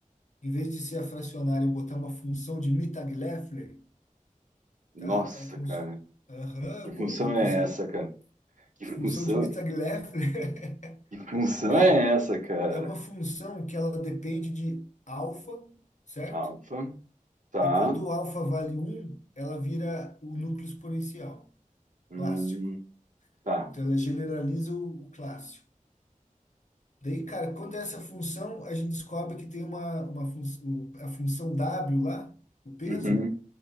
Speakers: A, on the left (about 60°); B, on the right (about 65°).
A: em vez de ser a fracionária, eu botar uma função de Mittag-Leffler,
B: Nossa,
A: tá? É como
B: cara,
A: se. Aham,
B: que
A: é
B: função
A: co- é como
B: é
A: se-
B: essa, cara? Que
A: função
B: função,
A: de Mittag-Leffler.
B: que função
A: <laughs> Cara,
B: é essa, cara?
A: é uma função que ela depende de alfa, certo?
B: Alfa, tá,
A: E quando o alfa vale um, ela vira o núcleo exponencial
B: hum,
A: clássico.
B: tá.
A: Então ela generaliza o, o clássico. Daí, cara, quando é essa função, a gente descobre que tem uma, uma fun o- a função W lá, o peso,
B: Uhum.